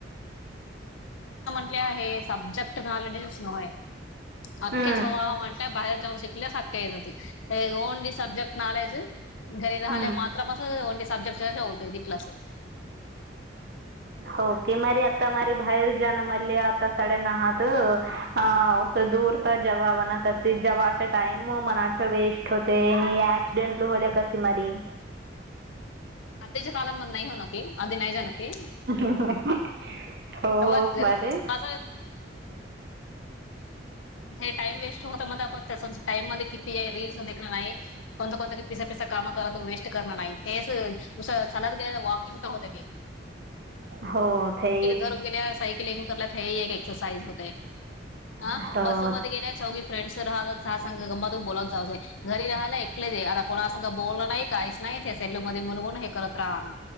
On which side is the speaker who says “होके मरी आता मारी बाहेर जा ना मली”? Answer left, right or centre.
Right